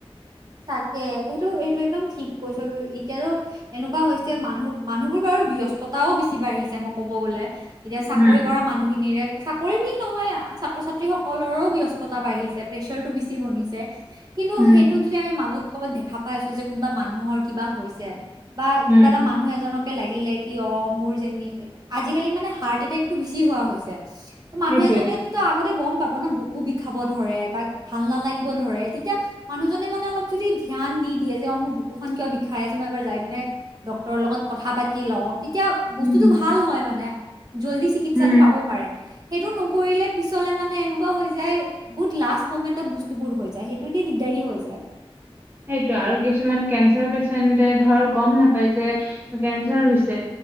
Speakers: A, on the right; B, on the right.
A: তাকে এইটো এইটো একদম ঠিক কৈছ কি এতিয়াতো এনেকুৱা হৈছে মানুহ মানুহবোৰ বাৰু ব্যস্ততাও বেছি বাঢ়িছে মই ক'ব গ'লে এতিয়া চাকৰি
B: উম
A: কৰা মানুহখিনিৰে- চাকৰি বুলি নহয় ছাত্ৰ ছাত্ৰী সকলৰো ব্যস্ততা বাঢ়িছে প্ৰেচাৰটো বেছি বনিছে- কিন্তু
B: উম
A: সেইটোত যদি আমি মানুহ ক'বাত দেখা পাই আছো যে কোনোবা মানুহৰ কিবা হৈছে। বা
B: উম
A: কিবা এটা মানুহ এজনকে লাগিলে কি অ মোৰ যেন- আজিকালি মানে হাৰ্ট এটেকতটো বেছি হোৱা হৈছে ত
B: সেইটোৱে
A: মানুহ এজনে তো তো আগতে গম পাব ন- বুকু বিষাব ধৰে বা ভাল নালাগিব ধৰে তেতিয়া মানুহজনে মানে- <unintelligible> অলপ যদি ধ্যান দি দিয়ে যে অ মোৰ বুকুখনন কিয় বিষাই আছে মই এবাৰ যাই পিনে ডক্তৰৰ লগত কথা পাতি লওঁ- তেতিয়া বস্তুটো
B: উম
A: ভাল হয়। মানে জল্দি চিকিৎসাটো
B: উম
A: পাব পাৰে সেইটো নকৰিলে- পিছলে মানে এনেকুৱা হৈ যায় বহুত লাষ্ট মমেন্টত বস্তুবোৰ হৈ যায় সেইটো দি দিগদাৰি হৈ যায়।
B: সেইটোয়ে আৰু কিছুমান কেঞ্চাৰ পেচেণ্টে ধৰ গম নাপায় যে কেঞ্চাৰ হৈছে।